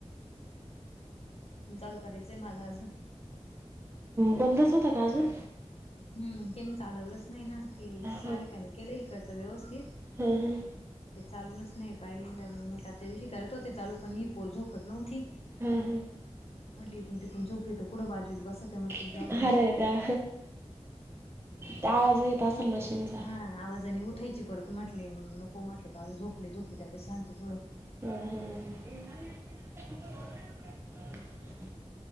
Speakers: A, on the left (about 60°); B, on the right (about 20°).
A: मशीन चालू करायचंय मला अजून.
B: बंदच होता का अजून.
A: हम्, त्यांनी चालवलंच नाही ना ते
B: हां
A: सारिकानी केलं इकडचं व्यवस्थित.
B: हां हां.
A: ते चालूनच नाही पाहिलेलं म्हटलं आता दिवशी करत होते चालू पण ही पोर झोपत नव्हती.
B: हां
A: म्हणली इकडून तिकडून झोपलीत कुठं वाजवीत बसती मगं
B: हां
A: जाऊ दे
B: अरे
A: मगं.
B: त्या त्या आवाज येत असेल मशीनचा.
A: ह आवाजाने उठायची परत म्हटले नको म्हटले तर आ झोपले झोपूद्या आता शांत थोडं.
B: हम हम